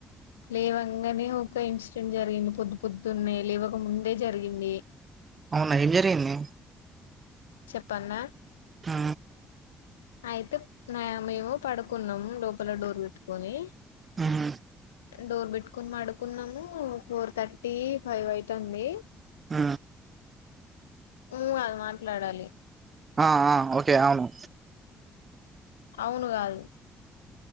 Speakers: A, on the left; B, on the right.
A: లేవంగానే ఒక ఇన్సిడెంట్ జరిగింది. పొద్దు పొద్దున్న లేవక ముందే జరిగింది.
B: అవునా ఏం జరిగింది?
A: చెప్పన్న
B: ఊ
A: అయితే మేము పడుకున్నాము. లోపల డోర్ పెట్టుకొని
B: ఉమ్
A: డోర్ పెట్టుకొని పడుకున్నాము, ఫోర్ థర్టీ ఫైవ్ అవుతుంది.
B: ఊ
A: ఊ అని మాట్లాడాలి
B: ఆ ఆ ఓకే అవును
A: అవును కాదు.